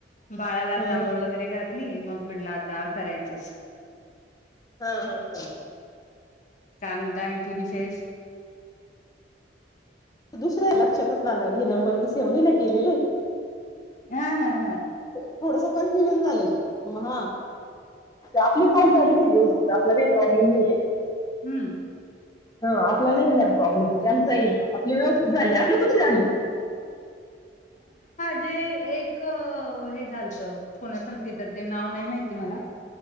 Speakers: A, on the left (about 45°); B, on the left (about 20°).
A: बाळाला आता
B: हम्म.
A: आंघोळ वगैरे घातली. मी मग म्हटलं आता करायचंच.
B: हा हा हा
A: काय म्हणताय आणखी विशेष
B: दुसरा आहे लक्षातच राहिना हे नंबर मी सेव नाही केलेले.
A: हा हा हा
B: थोडसं कन्फ्युजन झालं मग हा, आपली पाच झालेली आहेत. आपला काही प्रॉब्लेम नाही आहे.
A: हम्म
B: हं आपला नाही येणार प्रॉब्लेम. त्यांचा येइल आपली व्यवस्थित झाल्या <inaudible>
A: ते एक हे झालतं कोणा संगतीतरी ते नाव नाही माहिती मला